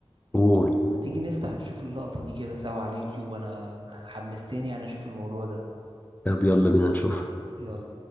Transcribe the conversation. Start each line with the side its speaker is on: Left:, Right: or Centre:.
Left: قول
Right: ما تيجي نفتح نشوف اللقطة دي كده سوا على اليوتيوب انا حمستني يعني اشوف الموضوع ده
Left: طب يلا بينا نشوف
Right: يلا